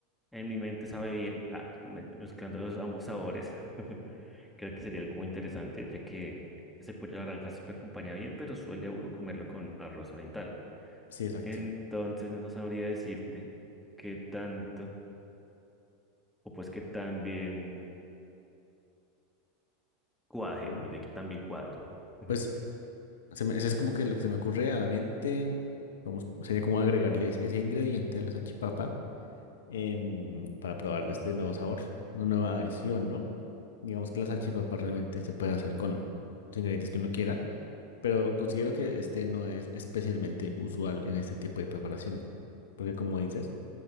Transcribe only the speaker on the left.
Sí, exacto.
Sí.
Pues se me- eso es como que lo que se me ocurre a la mente, vamos, sería como agregarles ese ingrediente a la salchipapa em, para probar este nuevo sabor, una nueva adición, ¿no? Digamos que la salchipapa realmente se puede hacer con los ingredientes que uno quiera Pero considero que este no es especialmente usual en este tipo de preparaciones, porque como dices,